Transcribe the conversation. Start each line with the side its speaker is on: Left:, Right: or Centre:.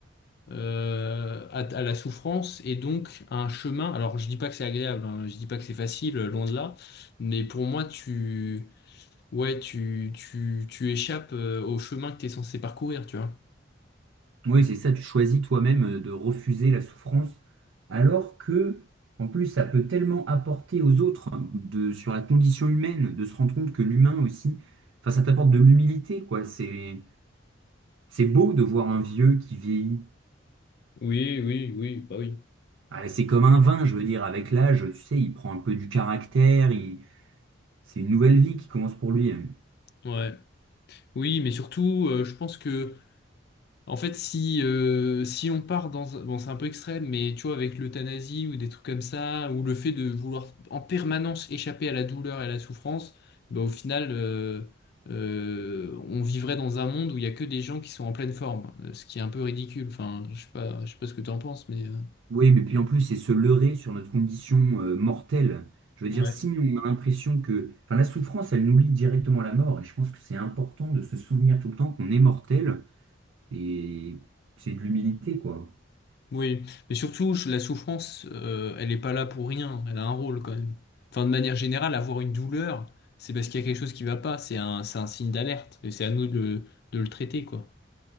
Left: euh, à, à la souffrance et donc à un chemin. Alors, je dis pas que c'est agréable, hein, je dis pas que c'est facile, euh, loin de là, mais pour moi, tu, ouais, tu, tu, tu échappes euh, au chemin que tu es censé parcourir, tu vois.
Right: Oui, c'est ça, tu choisis toi-même euh, de refuser la souffrance, alors que, en plus, ça peut tellement apporter aux autres hein, de, sur la condition humaine, de se rendre compte que l'humain aussi, enfin, ça t'apporte de l'humilité, quoi. C'est, c'est beau de voir un vieux qui vieillit.
Left: Oui, oui, oui, bah oui.
Right: Ah, c'est comme un vin, je veux dire, avec l'âge, tu sais, il prend un peu du caractère, il- c'est une nouvelle vie qui commence pour lui. hein.
Left: Ouais. Oui, mais surtout, euh, je pense que En fait, si, euh, si on part dans... Bon, c'est un peu extrême, mais tu vois, avec l'euthanasie ou des trucs comme ça, ou le fait de vouloir en permanence échapper à la douleur et à la souffrance, bah, au final, euh, euh, on vivrait dans un monde où il y a que des gens qui sont en pleine forme, euh, ce qui est un peu ridicule. Enfin, je sais pas, je sais pas ce que tu en penses, mais... euh,
Right: Oui, mais puis en plus, c'est se leurrer sur notre condition euh, mortelle. Je veux
Left: Ouais.
Right: dire, si on a l'impression que... Enfin, la souffrance, elle nous lie directement à la mort, et je pense que c'est important de se souvenir tout le temps qu'on est mortel, et c'est de l'humilité, quoi.
Left: Oui, mais surtout, je- la souffrance, euh, elle n'est pas là pour rien, elle a un rôle quand même. Enfin, de manière générale, avoir une douleur, c'est parce qu'il y a quelque chose qui va pas, c'est un, c'est un signe d'alerte, et c'est à nous de le, de le traiter, quoi.